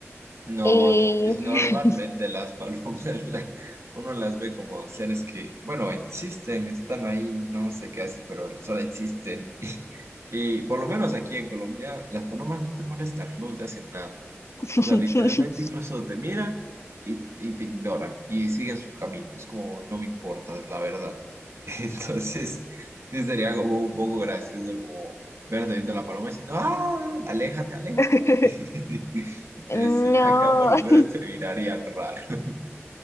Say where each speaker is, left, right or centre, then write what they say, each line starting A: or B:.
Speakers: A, on the right; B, on the left.
A: No,
B: Y...
A: es normalmente las palomas, <laughs> la- uno las ve como seres que, bueno, existen, están ahí, no sé qué hacen, pero solo existen. <laughs> Y por lo menos aquí en Colombia, las palomas no te molestan, no te hacen nada.
B: <laughs>
A: O sea, literalmente incluso te miran y, y te ignoran y siguen su camino. Es como, no me importas, la verdad. <laughs> Entonces, sí sería como un poco gracioso como verte viendo la paloma diciendo, ¡ah! ¡Aléjate, aléjate!
B: <laughs>
A: <laughs> Entonces,
B: No,
A: sí, acá por lo menos
B: <laughs>
A: te mirarían raro. <laughs>